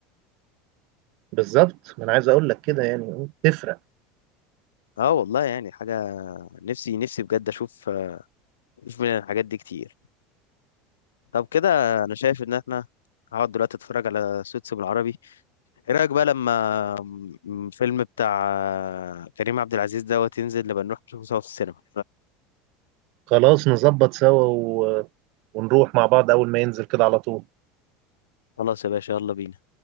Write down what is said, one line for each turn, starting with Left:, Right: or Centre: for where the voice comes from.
Right: بالظبط ما انا عايز اقول لك كده يعني تفرق
Left: اه والله يعني حاجه نفسي نفسي بجد اشوف آه، اشوف من الحاجات دي كتير طب كده انا شايف ان احنا هقعد دلوقتي اتفرج على سوتس بالعربي ايه رايك بقى لما م- الفيلم بتاع آه، كريم عبد العزيز دوت ينزل نبقى نروح نشوفه سوا في السينما
Right: خلاص نظبط سوا و... ونروح مع بعض اول ما ينزل كده على طول
Left: خلاص يا باشا يلا بينا